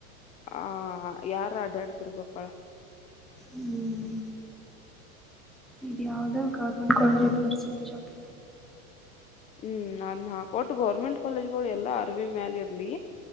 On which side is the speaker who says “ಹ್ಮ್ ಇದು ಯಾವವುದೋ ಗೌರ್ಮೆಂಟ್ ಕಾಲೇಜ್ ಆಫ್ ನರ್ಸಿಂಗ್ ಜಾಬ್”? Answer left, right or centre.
Centre